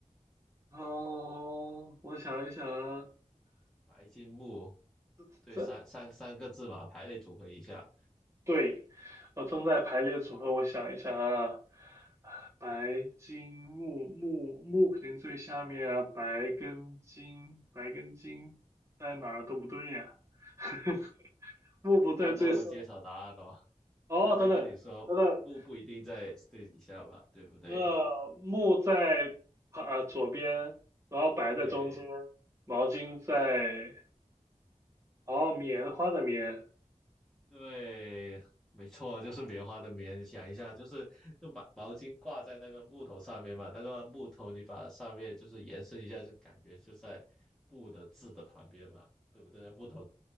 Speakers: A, on the right (about 20°); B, in the centre.
A: 哦，我想一想啊，
B: 白金木，
A: <laughs>
B: 对，
A: 这
B: 三三三个字嘛，排列组合一下。
A: 对，我正在排列组合，我想一想啊，白金木木木肯定最下面啊，白跟金白跟金在哪儿都不对呀、<laughs> 木不在最上，
B: <laughs> 那那我揭晓答案咯。
A: 哦，
B: 我刚才跟你说木不一定在最底下吧，
A: 等等等等，
B: 对不对？
A: 呃，木在呃左边，然后白在中间，
B: 对
A: 毛巾在，哦，棉花的棉，
B: 对，没错啊，就是棉花的棉。想一下，就是那把毛巾挂在那个木头上面嘛，那个木头你把上面就是延伸一下，就感觉就在布的字的旁边嘛，对不对？木头